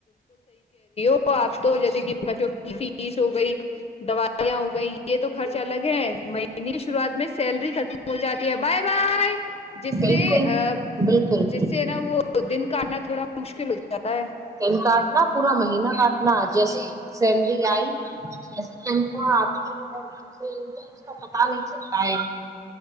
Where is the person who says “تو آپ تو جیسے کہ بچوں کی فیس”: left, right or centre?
Left